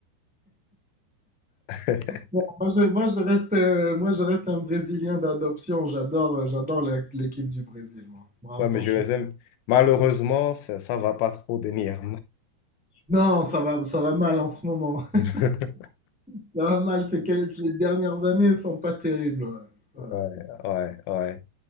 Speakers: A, on the left; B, in the centre.
A: <laughs>
B: Bon, moi, je, moi, je reste, euh, moi, je reste un Brésilien d'adoption. J'adore, euh, j'adore la- l'équipe du Brésil, moi. Moi,
A: Ouais,
B: franchement.
A: mais je les aime. Malheureusement, ça, ça va pas trop venir.
B: Non, ça va, ça va mal en ce moment.
A: <laughs>
B: <laughs> Ça va mal, c'est que les dernières années sont pas terribles. ouais. Ouais.
A: Ouais, ouais, ouais.